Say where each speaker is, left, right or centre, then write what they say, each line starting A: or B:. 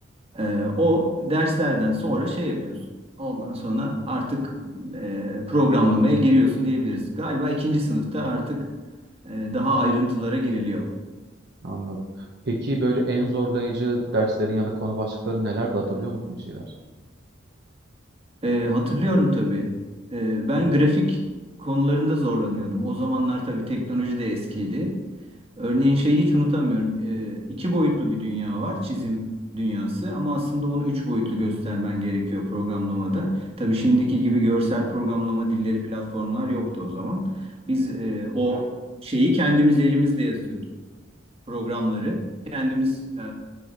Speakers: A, on the right (about 30°); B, on the right (about 60°).
A: Ee, o derslerden sonra şey yapıyorsun. Ondan sonra artık e, programlamaya giriyorsun diyebiliriz. Galiba ikinci sınıfta artık e, daha ayrıntılara giriliyor.
B: Anladım. Peki böyle en zorlayıcı derslerin ya da konu başlıkları neler de hatırlıyor musun bir şeyler?
A: E, hatırlıyorum tabii. E, ben grafik konularında zorlanıyordum. O zamanlar tabii teknoloji de eskiydi. Örneğin şeyi hiç unutamıyorum. Ee, iki boyutlu bir dünya var, çizim dünyası ama aslında onu üç boyutlu göstermen gerekiyor programlamada. Tabii
B: Hı
A: şimdiki
B: hı.
A: gibi görsel programlama dilleri, platformlar yoktu o zaman. Biz e, o şeyi kendimiz elimizle yazıyorduk, programları. Kendimiz e,